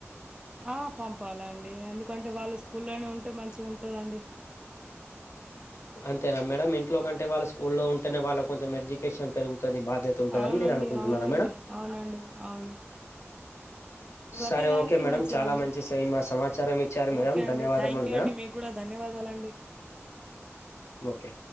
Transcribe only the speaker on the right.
ఆ పంపాల అండి ఎందుకంటే వాళ్ల స్కూల్ కానీ ఉంటే మంచిగా ఉంటదండి
అవునండి
అవునండి
అవునండి అవును ప్రతిదానికి
మంచిదండి
ఓకే అండి
థాంక్యూ
అండి మీకు కూడా ధన్యవాదాలండి